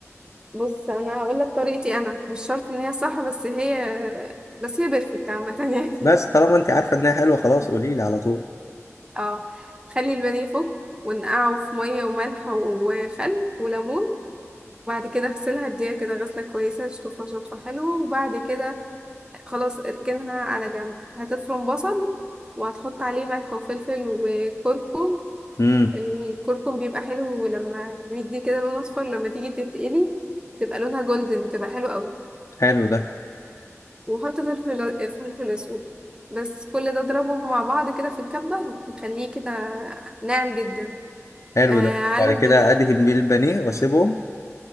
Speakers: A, on the right (about 15°); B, on the left (about 80°).
A: بص أنا هقولك طريقتي أنا مش شرط إن هي صح بس هي بس هي بيرفكت عامة يعني
B: بس طالما انت عارفه انها حلوه خلاص
A: <laughs>
B: قولي لي على طول
A: اه خلي البانيه فوق ونقعه في مية وملح وخل وليمون وبعد كده اغسلها اديها كده غسلة كويسة تشطفها شطفة حلوة وبعد كده خلاص اركنها على جنب هتفرم بصل وهتحط عليه ملح وفلفل وكركم
B: امم
A: الكركم بيبقى حلو لما بيدي كده لون اصفر لما تيجي تتقلي تبقى لونها جولدن تبقى حلو قوي
B: حلو ده
A: وحط فلفل فلفل اسود بس كل ده اضربه مع بعض كده في الكبة هتخليه كده ناعم جدا
B: حلو
A: آه
B: ده
A: على
B: بعد كده
A: البانيه
B: ادهن بيه البانيه واسيبهم